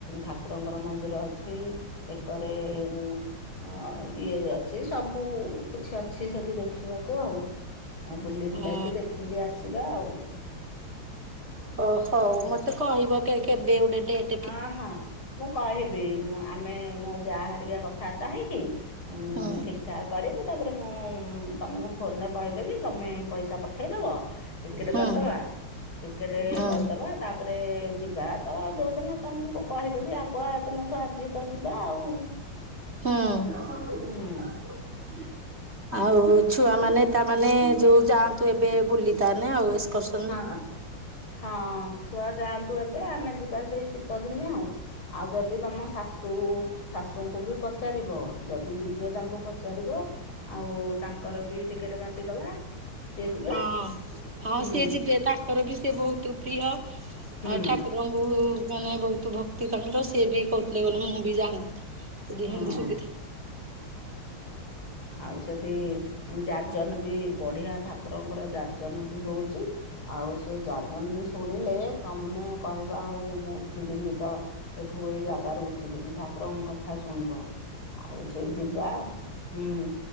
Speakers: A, on the left; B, on the right.
A: ଠାକୁରଙ୍କର ମନ୍ଦିର ଅଛି ଏକରେ ଉଁ ଅଁ- ଅଁ ଇଏ ଜାନ୍ ଅଛି ସବୁ କିଛି ଅଛି ସେଠି ଦେଖିବାକୁ ଆଉ, ଆଉ ବୁଲିବୁଲାକି
B: ହଁ।
A: ଦେଖିକି ଆସ୍ ଯିବା ଆଉ।
B: ଓ ହଉ, ମତେ କହିବ କେ କେ କେବେ ଗୋଟେ ଡେଟ୍।
A: ହଁ ହଁ, ମୁଁ କହିବି ମୁଁ ଆମେ ମୋ ଯାଆ ହେରିକା କଥାବାର୍ତ୍ତା ହେଇକି
B: ହୁଁ
A: ଠିକ୍ ଠାକ୍ କରିବୁ ତାପରେ ମୁଁ ତମକୁ ଫୋନରେ କହିଦେବି ତମେ ପଇସା ପଠେଇଦବ ଟିକେଟ୍
B: ହୁଁ
A: କରିଦବା। ଟିକେଟ
B: ହୁଁ
A: କରିଦବା
B: ହୁଁ।
A: ତାପରେ ଯିବା। ତ ଯୋଉଦିନ ତମକୁ କହିଦେବି ଆଗୁଆ ଦିନଠୁ ଆଜି ତ ଯିବା ଆଉ।
B: ହୁଁ‌।
A: ହୁଁ।
B: ଆଉ ଛୁଆମାନେ ତା ମାନେ ଯୋଉ ଯାଆନ୍ତୁ ଏବେ ବୁଲି ତାନେ ଏକ୍ସକରସ
A: ହଁ, ହଁ ଛୁଆ ଯାଆନ୍ତୁ ଏବେ ଆମେ ଯିବା ସେଇ ଶୀତଦିନେ ଆଉ। ଆଉ ଯଦି ତମ ଶାଶୁ, ଶାଶୁଙ୍କୁ ବି ପଚାରିବ। ଯଦି ଯିବେ ତାଙ୍କୁ ପଚାରିବ ଆଉ ତାଙ୍କର ବି ଟିକେଟ କାଟିଦବା। ସିଏ ଯିବେ
B: ହଁ, ହଁ
A: ହୁଁ
B: ସିଏ ଯିବେ ତାଙ୍କର ବି ସେ ବହୁତ ପ୍ରିୟ,
A: ହୁଁ
B: ଠାକୁର୍। ରଙ୍କୁ ମାନେ ବହୁତ ଭକ୍ତି ତାଙ୍କର, ସିଏ ବି କହୁଥିଲେ ଗଲେ ମୁଁ ବି ଯାଆନ୍ତି। ଯଦି
A: ହଁ।
B: ହିନ୍ଦୀ ସୁବିଧି
A: ଆଉ ସେଠି ଯାଜନ ବି ବଢିଆ। ଠାକୁରଙ୍କର ଯାଜନ ବି ହଉଛି। ଆଉ ସେ ଯାଜନ ବି ଶୁଣିଲେ ତମେ କହିବ ଆଉ ମୁଁ ଉଠିବିନି ତ। ଏଠୁ ଏଇ ଜାଗାରୁ ଉଠିବିନି ଠାକୁରଙ୍କ କଥା ଶୁଣିବ ଆଉ ସେ ଯିବା। ହୁଁ